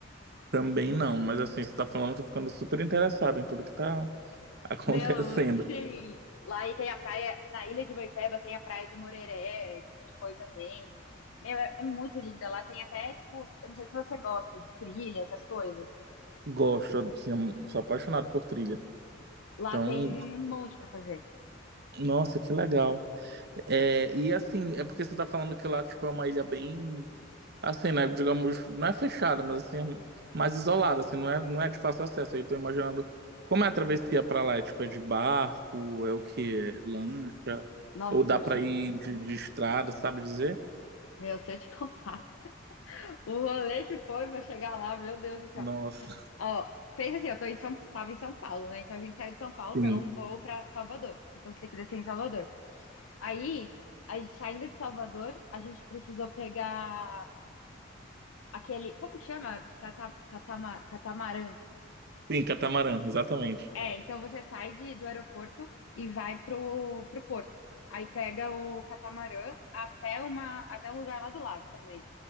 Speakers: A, on the right; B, on the left.
A: Também não, mas assim, você tá falando, eu tô ficando super interessado em tudo que tá <laughs> acontecendo.
B: Meu, sim. Lá e tem a praia, na Ilha de Boipeba tem a praia de Moreré, que a gente foi também. Meu, é, é muito linda. Lá tem até, tipo, eu não sei se você gosta de trilha, essas coisas.
A: Gosto, assim, eu sou apaixonado por trilha.
B: Lá
A: Então,
B: tem um monte pra fazer.
A: nossa, que legal. É, e assim, é porque você tá falando que lá, tipo, é uma ilha bem, assim, né, digamos, não é fechada, mas assim, é mais isolada, assim, não é, não é de fácil acesso. Aí eu tô imaginando como é a travessia pra lá, é, tipo, é de barco, é o quê? É lancha?
B: Nossa,
A: Ou dá
B: se eu
A: pra
B: te,
A: ir de, de estrada, sabe dizer?
B: meu, se eu te contar <laughs> o rolê que foi pra chegar lá, meu Deus do céu.
A: Nossa,
B: Ó, fez assim, eu tô em São, tava em São Paulo, né? Então a gente saiu de São Paulo,
A: <laughs> sim.
B: pegou um voo pra Salvador. Então você tem que descer em Salvador. Aí, a gente- saindo de Salvador, a gente precisou pegar aquele, como que chama? Cata, catama, catamarã.
A: Sim, catamarã, exatamente.
B: É, então você sai de, do aeroporto e vai pro, pro porto. Aí pega o catamarã até uma, até um lugar lá do lado também.